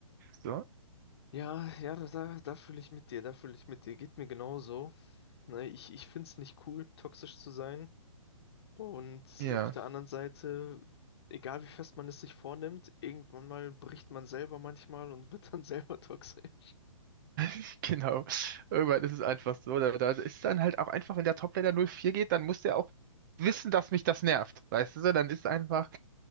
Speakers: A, on the right; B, on the left.
A: So.
B: Ja, ja, da, da fühle ich mit dir, da fühle ich mit dir. Geht mir genauso. Ne, ich, ich find's nicht cool, toxisch zu sein. Und
A: Ja.
B: auf der anderen Seite, egal wie fest man es sich vornimmt, irgendwann mal bricht man selber manchmal und wird dann <laughs> selber toxisch.
A: <laughs> Genau. Irgendwann ist es einfach so. Da, da ist dann halt auch einfach, wenn der Toplaner 0-4 geht, dann muss der auch wissen, dass mich das nervt. Weißt du, so, dann ist einfach,